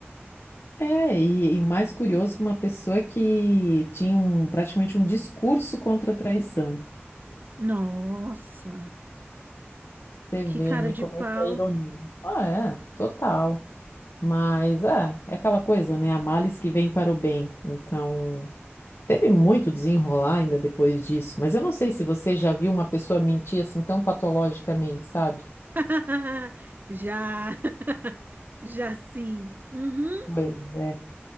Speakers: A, on the left; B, on the right.
A: É, e, e o mais curioso é que uma pessoa que tinha um, praticamente um discurso contra a traição.
B: Nossa,
A: Você
B: que
A: vê,
B: cara
A: né,
B: de
A: como
B: pau.
A: é que é a ironia. Ah, é, total. Mas é, é aquela coisa, né? Há males que vêm para o bem. Então, teve muito desenrolar ainda depois disso. Mas eu não sei se você já viu uma pessoa mentir assim tão patologicamente, sabe?
B: <laughs> Já, já sim. Uhum,
A: Pois é.